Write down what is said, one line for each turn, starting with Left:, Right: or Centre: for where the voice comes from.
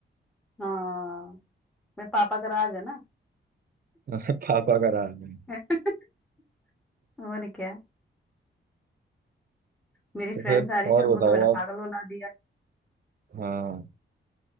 Centre: हाँ मैं पापा का राज है ना
Right: <laughs> पापा का राज नहीं
Centre: <laughs> और क्या
Right: <laughs>
Centre: मेरी
Right: तो
Centre: फ्रेंड्स
Right: फिर
Centre: आ रही
Right: और
Centre: थी उनको
Right: बताओ
Centre: तो मैंने
Right: आप
Centre: पागल बना दिया
Right: हाँ